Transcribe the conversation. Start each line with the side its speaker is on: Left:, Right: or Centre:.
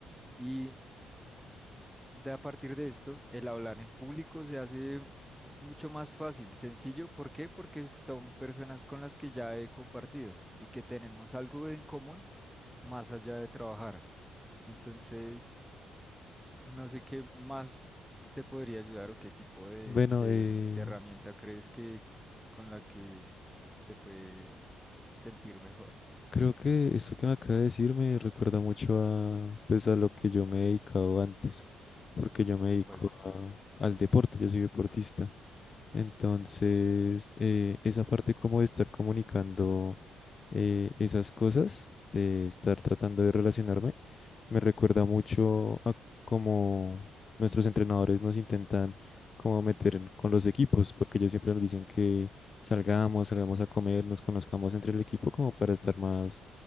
Centre: Y de a partir de esto, el hablar en público se hace mucho más fácil, sencillo. ¿Por qué? Porque son personas con las que ya he compartido y que tenemos algo en común más allá de trabajar. Entonces, no sé qué más te podría ayudar o qué tipo de,
Left: Bueno,
Centre: de,
Left: eh,
Centre: de herramienta crees que con la que te puede sentir mejor,
Left: creo que esto que me acaba de decir me recuerda mucho a, pues, a lo que yo me he dedicado antes, porque yo me dedico
Centre: ¿vale?
Left: a- al deporte, yo soy deportista. Entonces, eh, esa parte como de estar comunicando eh, esas cosas de estar tratando de relacionarme me recuerda mucho a cómo nuestros entrenadores nos intentan como meter en- con los equipos, porque ellos siempre nos dicen que salgamos, salgamos a comer, nos conozcamos entre el equipo como para estar más,